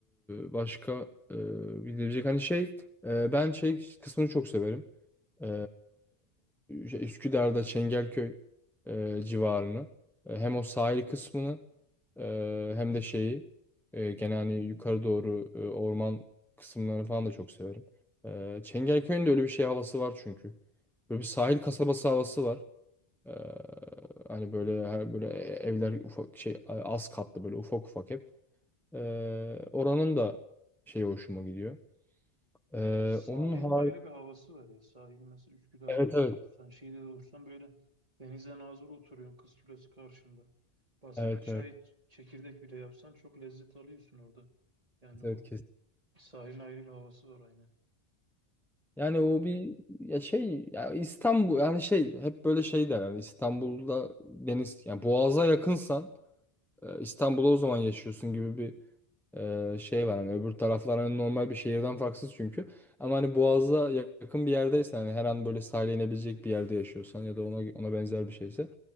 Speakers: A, in the centre; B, on the right (about 35°).
A: e, başka e, gidebilecek hani şey e, ben şey kısmını çok severim. Ee, şey, Üsküdar'da Çengelköy e, civarını e, hem o sahil kısmını e, hem de şeyi e, gene hani yukarı doğru e, orman kısımlarını falan da çok severim. E, Çengelköy'ün de öyle bir şey havası var çünkü. Böyle bir sahil kasabası havası var. E, hani böyle her böyle evler ufak şey az katlı böyle ufak ufak hep. E, oranın da şeyi hoşuma gidiyor. E,
B: Sahilin
A: onun harici
B: ayrı bir havası var ya. Sahil mesela Üsküdar'da
A: evet
B: da
A: evet
B: otursan, şeyde de otursan böyle denize nazır oturuyorsun kız kulesi karşında. Basit
A: evet
B: bir çay
A: evet
B: ç- çekirdek bile yapsan çok lezzet alıyorsun orada. Yani o
A: evet
B: sahilin ayrı bir havası var aynen.
A: Yani o bir ya şey ya İstanbul yani şey hep böyle şey der yani İstanbul'da deniz yani Boğaz'a yakınsan e, İstanbul'da o zaman yaşıyorsun gibi bir e, şey var hani öbür taraflar hani normal bir şehirden farksız çünkü ama hani Boğaz'a yakın bir yerdeysen hani her an böyle sahile inebilecek bir yerde yaşıyorsan ya da ona ona benzer bir şeyse